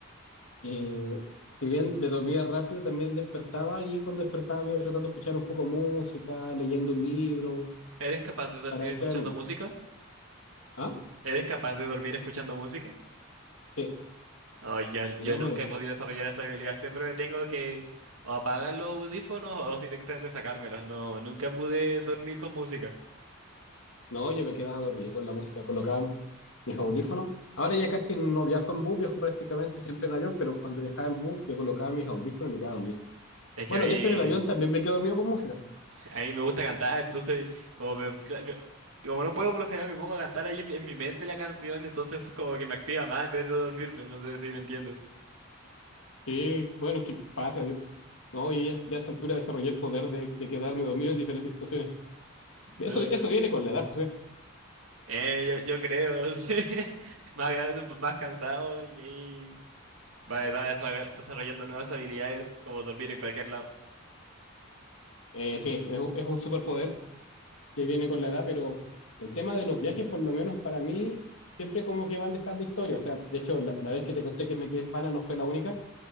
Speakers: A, on the left; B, on the right.
A: eh, si bien me dormía rápido, también despertaba, y cuando despertaba me iba tratando de escuchar un poco música, leyendo un libro,
B: ¿Eres capaz de dormir
A: para distraerme.
B: escuchando música?
A: Ah,
B: ¿Eres capaz de dormir escuchando música?
A: sí,
B: Ay, yo, yo
A: de todas
B: nunca
A: maneras.
B: he podido desarrollar esa habilidad. Siempre me tengo que o apagar los audífonos o directamente sacármelos. No, nunca pude dormir con música.
A: No, yo me quedaba dormido con la música, colocaba mis audífonos. Ahora ya casi no viajo en bus, viajo prácticamente siempre en avión, pero cuando viajaba en bus, me colocaba mis audífonos y me quedaba dormido.
B: Es que
A: Bueno,
B: a
A: de hecho en el avión
B: mí,
A: también me quedo dormido con música.
B: a mí me gusta cantar, entonces como, me- cla- me- y como no puedo por lo general me pongo a cantar ahí en mi, en mi mente la canción, entonces eso como que me activa más en vez de dormirme. No sé si me entiendes.
A: Sí, bueno, ¿qué pasa? Yo, no, yo ya, ya a esta altura desarrollé el poder de, de quedarme dormido en diferentes situaciones.
B: No,
A: Eso, eso viene con la edad, José.
B: eh, yo, yo creo, <laughs> sí. Más grande, más cansado y ahí va, va desarroll- desarrollando nuevas habilidades como dormir en cualquier lado.
A: Eh, sí, es, un- es un superpoder que viene con la edad, pero el tema de los viajes, por lo menos para mí, siempre como que van dejando historia. O sea, de hecho, la, la vez que te conté que me quedé en Pana no fue la única.